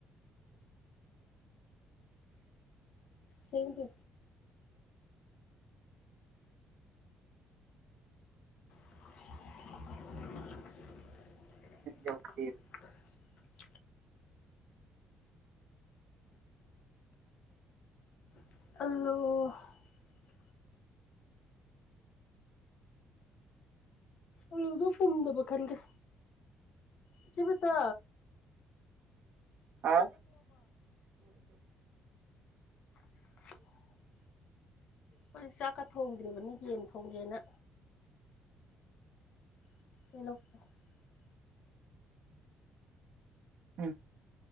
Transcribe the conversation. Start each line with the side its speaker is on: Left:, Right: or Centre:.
Left: ꯊꯦꯡꯗꯤ <unintelligible>
Right: ꯌꯧꯈ꯭ꯔꯦꯕ
Left: <unintelligible> <unintelligible> ꯑꯂꯨꯗꯨ ꯄꯨꯝꯗꯕ ꯈꯟꯒꯦ ꯏꯆꯦ ꯕꯇ
Right: ꯑꯥ <unintelligible>
Left: <unintelligible> ꯍꯣꯏ ꯆꯥꯛꯀ ꯊꯣꯡꯗ꯭ꯔꯤꯕꯅꯤ ꯌꯦꯟ ꯊꯣꯡꯒꯦꯅ <unintelligible>
Right: ꯎꯝ